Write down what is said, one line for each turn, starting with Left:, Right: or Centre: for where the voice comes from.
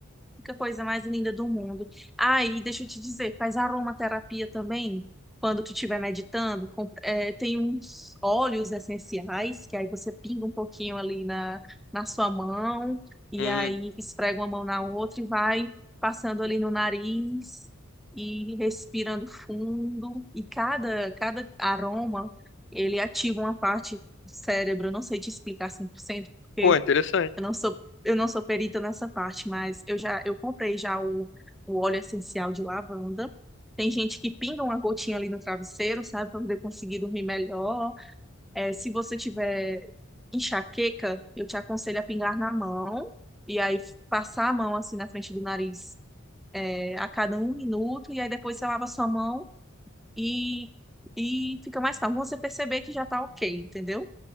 Centre: Que coisa mais linda do mundo. Aí, deixa eu te dizer, faz aromaterapia também. Quando tu estiver meditando, com- é, tem uns óleos essenciais, que aí você pinga um pouquinho ali na, na sua mão, e
Left: Hum,
Centre: aí esfrega uma mão na outra e vai passando ali no nariz e respirando fundo. E cada, cada aroma, ele ativa uma parte do cérebro. Eu não sei te explicar 100% porque
Left: pô, interessante.
Centre: eu não sou, eu não sou perita nessa parte, mas eu já eu comprei já o, o óleo essencial de lavanda. Tem gente que pinga uma gotinha ali no travesseiro, sabe, para poder conseguir dormir melhor. É, se você tiver enxaqueca, eu te aconselho a pingar na mão e aí f- passar a mão assim na frente do nariz, é, a cada um minuto e aí depois você lava a sua mão e e fica mais calmo. Você perceber que já tá ok, entendeu?